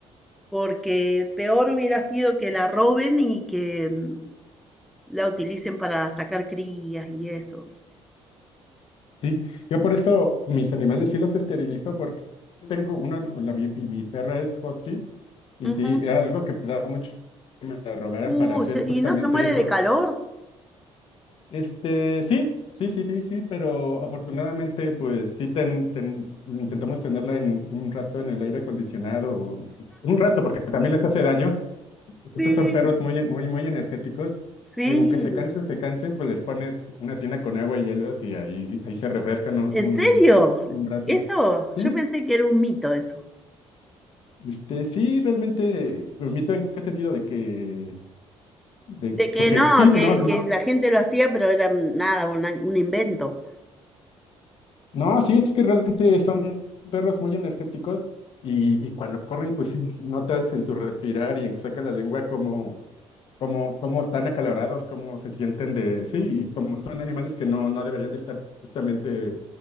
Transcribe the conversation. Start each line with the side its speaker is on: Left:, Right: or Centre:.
Centre: porque peor hubiera sido que la roben y que mm, la utilicen para sacar crías y eso, ¿viste?
Left: Sí, yo por eso mis animales sí los esterilizo porque tengo una, la, mi, mi mi perra es husky y
Centre: Ujú.
Left: sí, era algo que me daba mucho que me la robaran
Centre: Uh,
Left: para hacer
Centre: se- ¿y
Left: justamente
Centre: no se muere
Left: eso.
Centre: de calor?
Left: Este, sí, sí, sí, sí, sí, pero afortunadamente, pues sí, ten, ten- intentamos tenerla en un rato en el aire acondicionado, un rato, porque también les hace daño. Estos
Centre: Sí.
Left: son perros muy, muy, muy energéticos
Centre: Sí,
Left: y aunque se cansen, se cansen, pues les pones una tina con agua y hielos y ahí, ahí se refrescan un,
Centre: ¿en
Left: un,
Centre: serio?
Left: un rato.
Centre: Eso,
Left: Sí,
Centre: yo pensé que era un mito eso,
Left: este, sí, realmente, permito en qué sentido de que, de,
Centre: de que
Left: porque
Centre: no,
Left: sí, no.
Centre: que, que la gente lo hacía, pero era nada, una- un invento.
Left: No, sí, es que realmente son perros muy energéticos y, y cuando corren, pues sí, notas en su respirar y en que sacan la lengua cómo, cómo, cómo están acalorados, cómo se sienten de, sí, y como son animales que no, no deberían de estar justamente